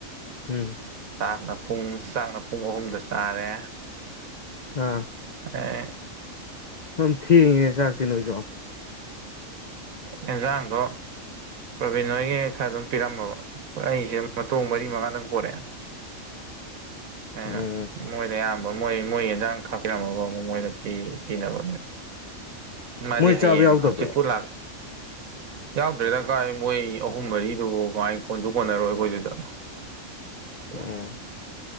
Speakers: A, on the left; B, on the right.
A: ꯎꯝ
B: ꯆꯥꯛꯅ ꯄꯨꯡ ꯆꯥꯛꯅ ꯄꯨꯡ ꯑꯍꯨꯝꯗ ꯆꯥꯔꯦ
A: ꯎꯝ
B: ꯑ
A: ꯑꯝ ꯊꯦꯡꯉꯤꯅꯦ ꯆꯥꯛꯇꯤ ꯅꯣꯏꯁꯨ
B: ꯍꯉꯖꯥꯡꯒꯣ ꯔꯣꯕꯤꯟꯣꯏꯒꯤ ꯈꯔ ꯑꯗꯨꯝ ꯄꯤꯔꯝꯃꯕ ꯑꯩꯁꯦ ꯃꯇꯨꯡ ꯃꯔꯤ ꯃꯉꯥꯗꯪ ꯄꯔꯛꯑꯦ ꯑꯩꯅ
A: ꯎꯝ
B: ꯃꯣꯏꯗ ꯑꯌꯥꯝꯕ ꯃꯣꯏ ꯃꯣꯏꯒꯤ ꯌꯦꯟꯖꯥꯡ ꯀꯥꯛꯄꯤꯔꯝꯃꯐꯥꯎ ꯃꯣꯏꯗ ꯄꯤꯅꯕꯅꯦ ꯃꯥꯔꯤ
A: ꯃꯣꯏ
B: ꯍꯥꯏꯌꯦꯡ
A: ꯆꯥꯕ ꯌꯥꯎꯗꯕ꯭ꯔꯣ
B: ꯍꯧꯪꯁꯤ ꯄꯨꯨꯔ ꯂꯥꯜ ꯌꯥꯎꯗ꯭ꯔꯦꯅ ꯀꯥꯏ ꯃꯣꯏ ꯑꯍꯨꯝ ꯃꯔꯤꯗꯨ ꯀꯃꯥꯏ ꯀꯣꯟꯁꯨ ꯀꯣꯟꯅꯔꯣꯏ ꯑꯩꯈꯣꯏꯗꯨꯗ <inaudible>
A: ꯎꯝ